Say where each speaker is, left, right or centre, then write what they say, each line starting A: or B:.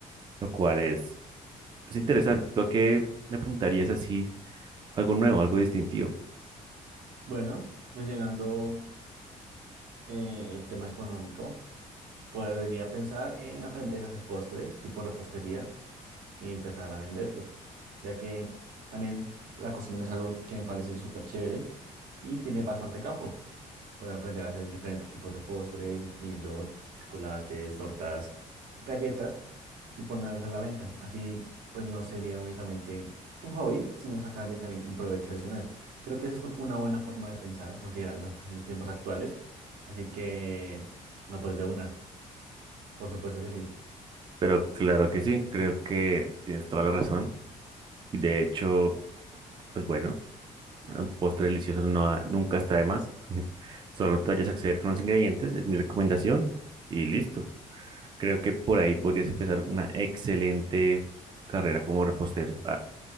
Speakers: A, on the right; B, on the right.
A: lo cual es, es interesante. ¿Tú a qué le apuntarías así? Algo nuevo, algo distintivo.
B: Bueno, mencionando eh, el tema económico, podría pensar en aprender a hacer postres, tipo repostería, y empezar a venderlos, ya que también la cocina es algo que me parece súper chévere y tiene bastante campo. Puedo aprender a hacer diferentes tipos de postres, incluyendo chocolates, tortas, galletas y ponerlas a la venta. Así, pues no sería únicamente un hobby, sino sacarle también un provecho adicional. Creo que esa es una buena forma de pensar, considerando pues, los tiempos actuales. Así que, no, pues de una, por supuesto que sí.
A: Pero claro que sí, creo que tienes toda la razón. Y de hecho, pues bueno, un postre delicioso no, ha- nunca está de más. <laughs> Solo te vayas a acceder con los ingredientes, es mi recomendación. Y listo. Creo que por ahí podrías empezar una excelente carrera como repostero. Ah,